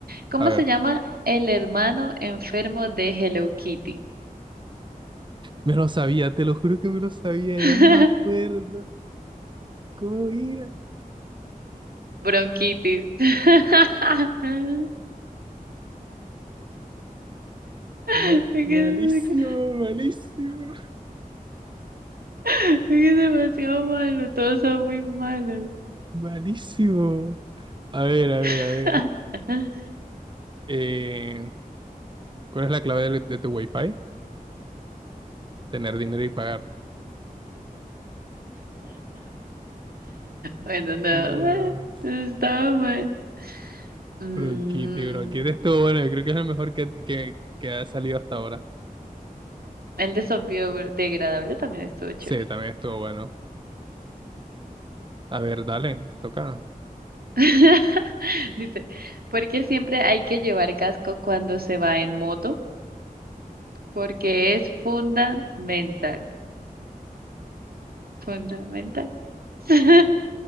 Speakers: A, on the right; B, on the right.
A: ¿cómo
B: A ver,
A: se llama el hermano enfermo de Hello Kitty?
B: me lo sabía, te lo juro que me lo sabía,
A: <laughs>
B: ya no me acuerdo. ¿Cómo era?
A: Bronquitis. <laughs> Es
B: Ma-
A: que,
B: malísimo,
A: es que-
B: malísimo,
A: es que es demasiado malo, todos son muy malos.
B: malísimo. A ver, a ver,
A: <laughs>
B: a ver. Eh, ¿cuál es la clave de, de tu Wi-Fi? Tener dinero y pagar.
A: Bueno, no,
B: Dios,
A: eh, estaba mal. Mm,
B: bronquite, bronquite. Estuvo bueno, yo creo que es lo mejor que, que, que ha salido hasta ahora.
A: el de zombie degradable también estuvo chévere.
B: Sí, también estuvo bueno. A ver, dale, te toca.
A: <laughs> Dice, ¿por qué siempre hay que llevar casco cuando se va en moto? Porque es fundamental. Fundamental. <laughs>